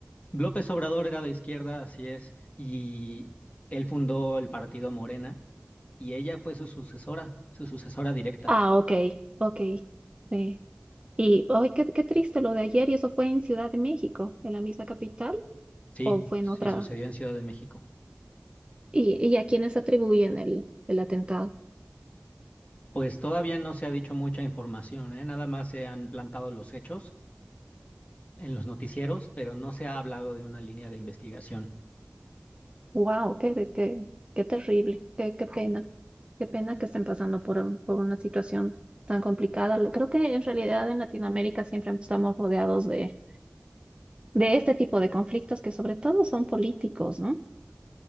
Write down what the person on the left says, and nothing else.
López Obrador era de izquierda, así es, y él fundó el partido Morena y ella fue su sucesora, su sucesora directa.
Sí,
sí
sucedió en Ciudad de México.
Pues todavía no se ha dicho mucha información, ¿eh? Nada más se han plantado los hechos en los noticieros, pero no se ha hablado de una línea de investigación.